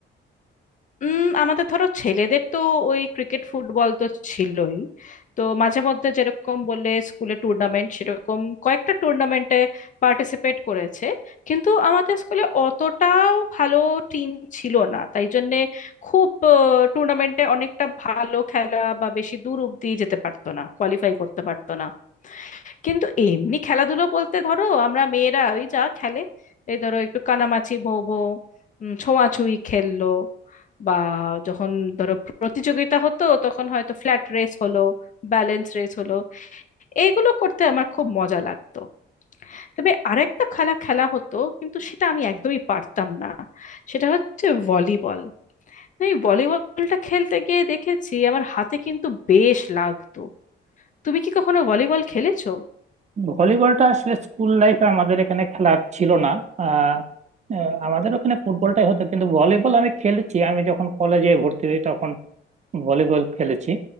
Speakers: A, on the left (about 40°); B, on the right (about 35°).
A: উম আমাদের ধরো ছেলেদের তো ওই ক্রিকেট ফুটবল তো ছিলই তো মাঝে মধ্যে যেরকম বললে স্কুলে টুর্নামেন্ট সেরকম কয়েকটা টুর্নামেন্টে পার্টিসিপেট করেছে কিন্তু আমাদের স্কুলে অতটাও ভালো টিম ছিল না তাই জন্যে খুব টুর্নামেন্টে অনেকটা ভালো খেলা বা বেশি দূর অব্দি যেতে পারতো না কোয়ালিফাই করতে পারতো না কিন্তু এমনি খেলাধুলো বলতে ধরো আমরা মেয়েরা ওই যা খেলে এই ধরো একটু কানামাছি ভো ভো উম, ছোঁয়াছুঁয়ি খেললো বা যখন ধরো প্রতিযোগিতা হতো তখন হয়তো ফ্ল্যাট রেস হলো ব্যালেন্স রেস হলো এইগুলো করতে আমার খুব মজা লাগতো তবে আরেকটা খেলা খেলা হতো কিন্তু সেটা আমি একদমই পারতাম না সেটা হচ্ছে ভলিবল এই ভলিবলটা খেলতে গিয়ে দেখেছি আমার হাতে কিন্তু বেশ লাগতো তুমি কি কখনো ভলিবল খেলেছো
B: ভলিবলটা আসলে স্কুল লাইফে আমাদের এখানে খেলা ছিল না আহ, আহ, আমাদের ওখানে ফুটবলটাই হতো কিন্তু ভলিবল আমি খেলেছি আমি যখন কলেজে ভর্তি হই তখন ভলিবল খেলেছি